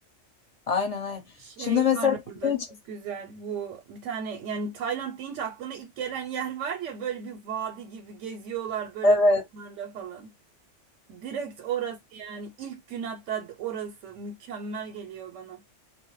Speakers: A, on the left; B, on the right.
A: Aynen aynen.
B: Şey
A: Şimdi mesela
B: var orada
A: sizin için-
B: çok güzel bu bir tane yani Tayland deyince aklına ilk gelen yer var ya böyle bir vadi gibi geziyorlar böyle
A: evet.
B: kamplarla falan. Direkt orası yani ilk gün hatta orası mükemmel geliyor bana.